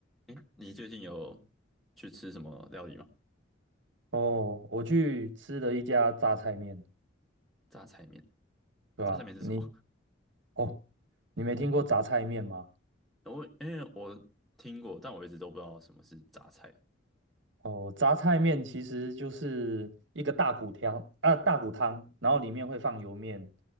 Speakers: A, in the centre; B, on the right.
A: 诶，你最近有去吃什么料理吗？
B: 哦，我去吃了一家榨菜面，
A: 榨菜面，
B: 对吧？
A: 榨菜面是什么？
B: 你哦，你没听过榨菜面吗？
A: 我因为我听过，但我一直都不知道什么是榨菜。
B: 哦，榨菜面其实就是一个大骨汤啊，大骨汤，然后里面会放油面，